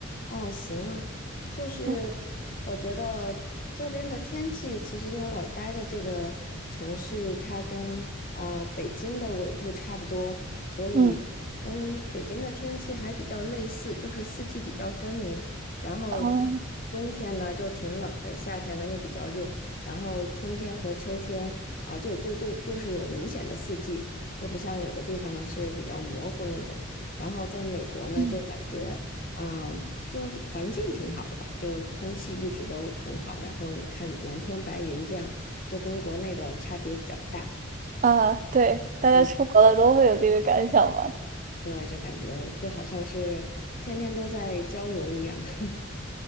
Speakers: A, on the left; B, on the right.
A: 哦，行啊，就是我觉得这边的天气，
B: 嗯
A: 其实因为我待的这个城市，它跟啊、北京的纬度差不多，所以跟北京的天气还比较类似，
B: 嗯
A: 就是四季比较分明。然后
B: 哦，
A: 冬天呢就挺冷的，夏天呢又比较热，然后春天和秋天啊、就就就就是有明显的四季，就不像有的地方是比较模糊那种。然后在美国呢，
B: 嗯，
A: 就感觉。啊、就环境挺好的吧，就空气一直都很好，然后你看蓝天白云这样，就跟国内的差别比较大。
B: 啊，对，大家出国了都会有这个感想吗？
A: 嗯，对，就感觉就好像是天天都在郊游一样。<laughs>